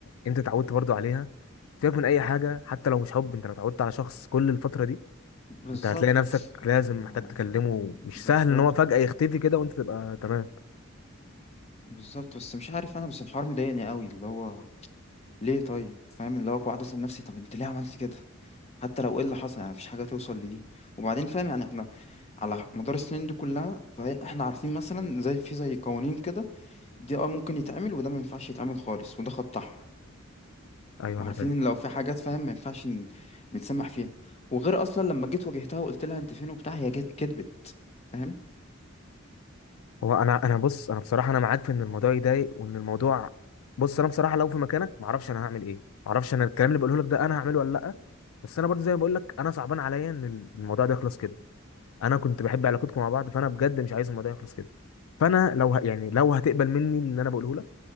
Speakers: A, on the left (about 80°); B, on the left (about 30°).
A: انت اتعودت برضو عليها سيبك من اي حاجة حتى لو مش حب انت لو اتعودت على شخص كل الفترة دي
B: بالظبط
A: انت هتلاقي نفسك لازم
B: آه،
A: محتاج تكلمه مش
B: بالظبط
A: سهل ان هو فجأة يختفي كده وانت تبقى تمام
B: بالظبط بس مش عارف انا بس الحوار مضايقني قوي اللي هو ليه طيب فاهم اللي هو قاعد اسال نفسي طب انت ليه عملت كده حتى لو ايه اللي حصل يعني مفيش حاجه توصل لدي وبعدين فاهم يعني احنا على مدار السنين دي كلها فاحنا عارفين مثلا زي في زي قوانين كده دي اه ممكن يتعمل وده ما ينفعش يتعمل خالص وده خط احمر
A: ايوه
B: وعارفين
A: انا فاهم
B: ان لو في حاجات فاهم ما ينفعش ن- نتسمح فيها وغير اصلا لما جيت واجهتها وقلت لها انت فين وبتاع هي جت- كدبت فاهم
A: هو انا انا بص انا بصراحه انا معاك في ان الموضوع يضايق وان الموضوع بص انا بصراحه لو في مكانك ما اعرفش انا هعمل ايه ما اعرفش انا الكلام اللي بقوله لك ده انا هعمله ولا لا بس انا برضه زي ما بقول لك انا صعبان عليا ان الموضوع ده يخلص كده انا كنت بحب علاقتكم مع بعض فانا بجد مش عايز الموضوع يخلص كده فانا لو ه... يعني لو هتقبل مني اللي انا بقوله لك